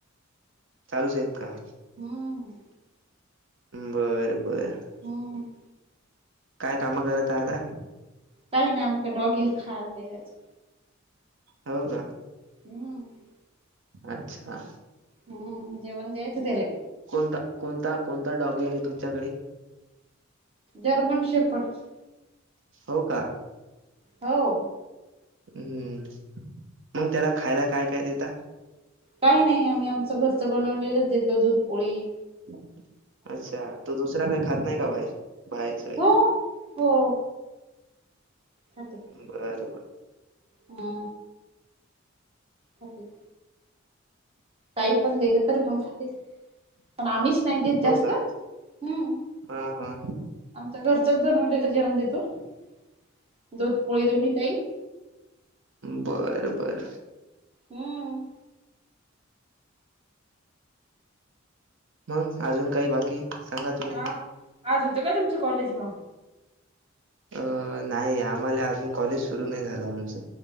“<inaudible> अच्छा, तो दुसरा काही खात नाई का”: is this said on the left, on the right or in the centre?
Right